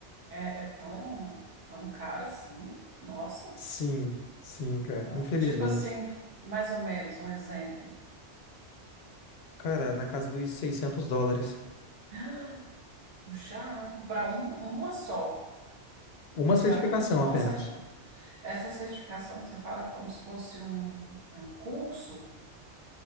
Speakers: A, on the right; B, on the left.
A: É, é tão, tão cara assim? Nossa.
B: Sim, sim, cara,
A: Ah,
B: infelizmente.
A: tipo assim, mais ou menos, um exemplo. <gasps>
B: Cara, na casa dos 600 dólares.
A: Ah, Puxado, para uma só.
B: Uma
A: Isso
B: certificação
A: é uma
B: apenas.
A: certi- Essa certificação que você fala é como se fosse um, um curso.